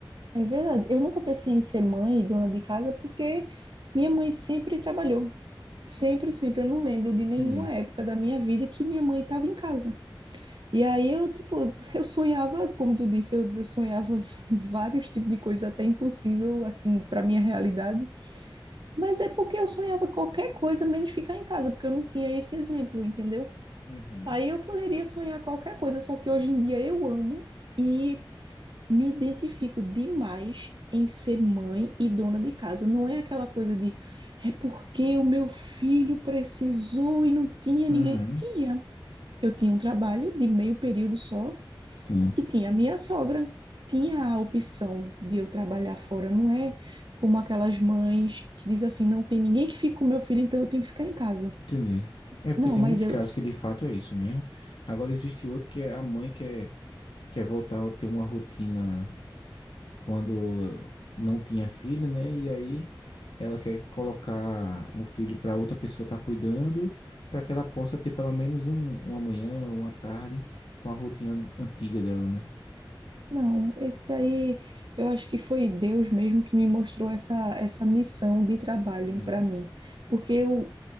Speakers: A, on the right; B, on the left.
A: é verdade. Eu nunca pensei em ser mãe e dona de casa porque minha mãe sempre trabalhou. Sempre, sempre. Eu não lembro de nenhuma
B: Entendi.
A: época da minha vida que minha mãe estava em casa. E aí eu, tipo, <laughs> eu sonhava, como tu disse, eu, eu sonhava <laughs> vários tipos de coisa até impossível, assim, para minha realidade. Mas é porque eu sonhava qualquer coisa menos ficar em casa, porque eu não tinha esse exemplo, entendeu?
B: Uhum.
A: Aí eu poderia sonhar qualquer coisa, só que hoje em dia eu amo e me identifico demais em ser mãe e dona de casa. Não é aquela coisa de é porque o meu filho precisou e não tinha
B: Uhum,
A: ninguém. Tinha. Eu tinha um trabalho de meio período só,
B: sim,
A: e tinha a minha sogra, tinha a opção de eu trabalhar fora, não é como aquelas mães que dizem assim, não tem ninguém que fique com meu filho, então eu tenho que ficar em casa.
B: entendi. É porque
A: Não,
B: tem
A: mas
B: muitos
A: eu,
B: casos que de fato é isso mesmo. Agora existe outro que é a mãe quer, quer voltar a ter uma rotina quando eu não tinha filho, né? E aí ela quer colocar um filho para outra pessoa estar cuidando, para que ela possa ter pelo menos um, uma manhã, uma tarde com a rotina antiga dela, né?
A: não, esse daí, eu acho que foi Deus mesmo que me mostrou essa, essa missão de trabalho
B: Uhum.
A: para mim, porque eu